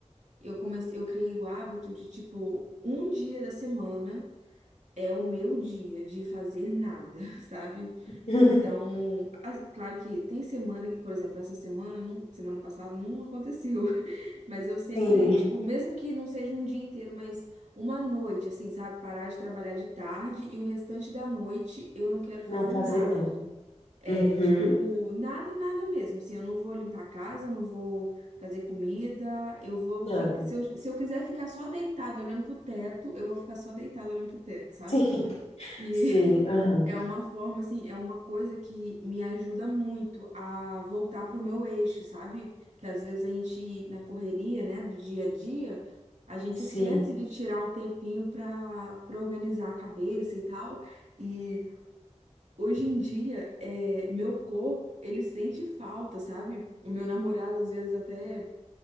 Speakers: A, on the right (about 85°); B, on the left (about 70°).
A: eu comecei, eu criei o hábito de, tipo, um dia da semana é o meu dia de fazer nada, <laughs> sabe?
B: <laughs>
A: Então, as- claro que tem semana que, por exemplo, essa semana, não, semana passada não aconteceu, <laughs> mas eu sempre,
B: Sim,
A: tipo, mesmo que não seja um dia inteiro, mas uma noite, assim, sabe? Parar de trabalhar de tarde e o restante da noite eu não quero fazer
B: não fazer
A: nada.
B: nada.
A: É,
B: Uhum,
A: tipo, nada, nada mesmo. Assim, eu não vou limpar a casa, não vou fazer comida, eu vou
B: nada.
A: ficar. Se eu, se eu quiser ficar só deitado olhando pro teto, eu vou ficar só deitado olhando pro teto, sabe?
B: Sim,
A: E <laughs>
B: sim, aham,
A: é uma forma, assim, é uma coisa que me ajuda muito a voltar pro meu eixo, sabe? Que às vezes a gente, na correria, né, do dia a dia, a gente
B: sim.
A: esquece de tirar um tempinho pra, pra organizar a cabeça e tal. e Hoje em dia, é, meu corpo, ele sente falta, sabe? O meu namorado, às vezes, até